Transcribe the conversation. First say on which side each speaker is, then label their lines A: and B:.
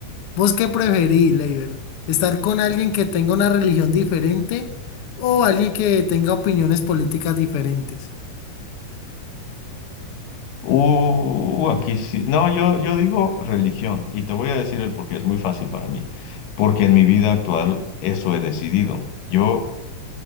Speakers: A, on the left; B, on the left.
A: ¿Vos qué preferís, Leiber? ¿Estar con alguien que tenga una religión diferente o alguien que tenga opiniones políticas diferentes?
B: Uh, aquí sí. No, yo, yo digo religión y te voy a decir el porqué. Es muy fácil para mí, porque en mi vida actual eso he decidido. Yo